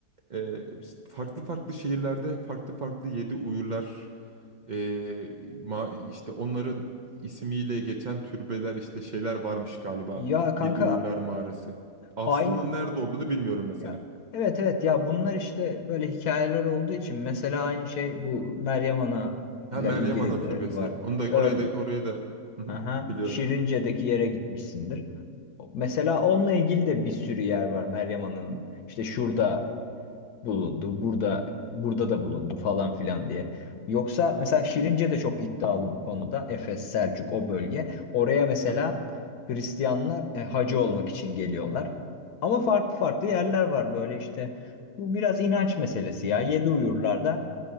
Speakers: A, on the right (about 75°); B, on the left (about 75°).
A: e, farklı farklı şehirlerde farklı farklı yedi uyurlar e, ma- işte onların ismiyle geçen türbeler işte şeyler varmış galiba.
B: Ya kanka
A: Yedi Uyurlar Mağarası. Aslının
B: aynı
A: nerede olduğunu bilmiyorum mesela.
B: Ya evet evet ya bunlar işte böyle hikayeler olduğu için mesela aynı şey bu Meryem Ana
A: Ha
B: ile
A: Meryem
B: ilgili
A: Ana
B: de
A: Türbesi.
B: var.
A: Onu da
B: Ör,
A: oraya da oraya da Hı hı,
B: aha,
A: biliyorum.
B: Şirince'deki yere gitmişsindir. Mesela onunla ilgili de bir sürü yer var Meryem Ana'nın. İşte şurada bulundu. Burada burada da bulundu falan filan diye. Yoksa mesela Şirince de çok iddialı bu konuda. Efes, Selçuk o bölge. Oraya mesela
A: Hı hı.
B: Hristiyanlar e, hacı olmak için geliyorlar. Ama farklı farklı yerler var böyle işte. Bu biraz inanç meselesi ya. Yedi Uyurlar'da